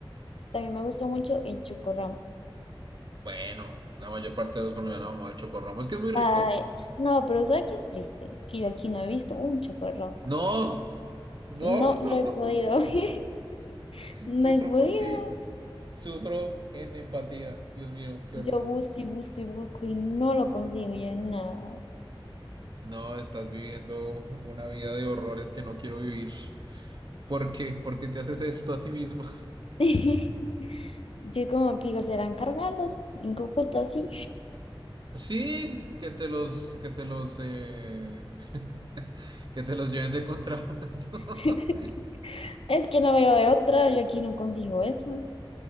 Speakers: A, on the left; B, on the right.
A: También me gustó mucho el chocorramo.
B: Bueno, la mayor parte de los colombianos amamos al chocorramo. Es que es muy rico.
A: Ay, no, pero ¿sabes qué es triste? Que yo aquí no he visto un chocorramo.
B: No, no,
A: No
B: <laughs>
A: lo he podido. <laughs> No
B: sufro
A: he podido.
B: por ti. Sufro en empatía. Dios mío, qué
A: Yo
B: horror.
A: busco y busco y busco y no lo consigo. Yo no.
B: No, estás viviendo una vida de horrores que no quiero vivir. ¿Por qué? ¿Por qué te haces esto a ti mismo? <laughs>
A: <laughs> Yo como que digo, serán cargalos en Cúcuta, sí.
B: Sí, que te los, que te los, eh, <laughs> que te los lleven de contrabando.
A: <laughs>
B: <laughs>
A: Es que no veo de otra. Yo aquí no consigo eso.